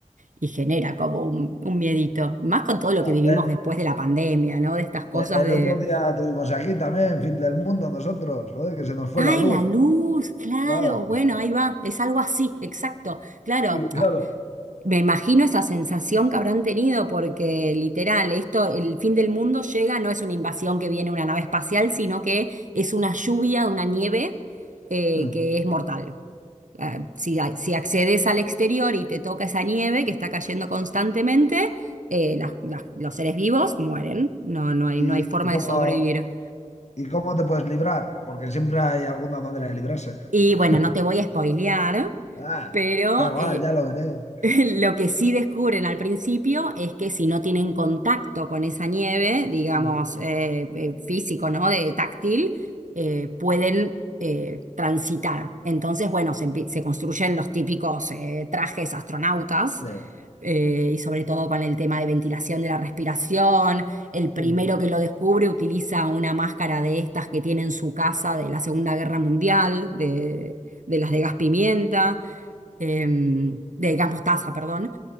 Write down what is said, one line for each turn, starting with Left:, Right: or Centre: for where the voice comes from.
Right: y genera como un, un miedito. Más con todo lo
Left: Va,
Right: que vivimos
Left: eh,
Right: después de la pandemia, ¿no? De estas cosas
Left: eh, el
Right: de,
Left: otro día tuvimos aquí también, fin del mundo, nosotros, joder, que se nos fue
Right: ay,
Left: la luz.
Right: la luz, claro,
Left: Claro.
Right: bueno, ahí va, es algo así, exacto, claro.
Left: Sí, Claro.
Right: Ah, Me imagino esa sensación que habrán tenido porque literal, esto, el fin del mundo llega, no es una invasión que viene una nave espacial, sino que es una lluvia, una nieve eh,
Left: <laughs>
Right: que es mortal. Ah, si, a- si accedes al exterior y te toca esa nieve que está cayendo constantemente, eh, las- las- los seres vivos mueren. No, no hay,
Left: ¿Y,
Right: no hay forma
Left: y cómo,
Right: de sobrevivir.
Left: ¿Y cómo te puedes librar? Porque siempre hay alguna manera de librarse.
Right: Y
Left: <laughs>
Right: bueno, no te voy a spoilear,
Left: Ah,
Right: pero
Left: da igual,
Right: eh,
Left: ya lo veré.
Right: <laughs> Lo que sí descubren al principio es que si no tienen contacto con esa nieve, digamos,
Left: Sí,
Right: eh, eh, físico, ¿no? De táctil, eh, pueden eh, transitar. Entonces, bueno, se, empie- se construyen los típicos eh, trajes astronautas,
Left: sí, te-
Right: eh, y sobre todo con el tema de ventilación de la respiración. El primero
Left: sí,
Right: que lo descubre utiliza una máscara de estas que tiene en su casa de la Segunda Guerra Mundial, de, de las de gas pimienta em, de gas mostaza, perdón.